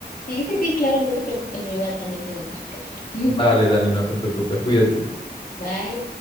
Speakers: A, on the left (about 50°); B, on the left (about 30°).
A: Sí, sí, sí, claro, no te preocupes, yo igual también tengo cosas que hacer. <laughs>
B: Vale, Dani, no te preocupes, cuídate.
A: Bye.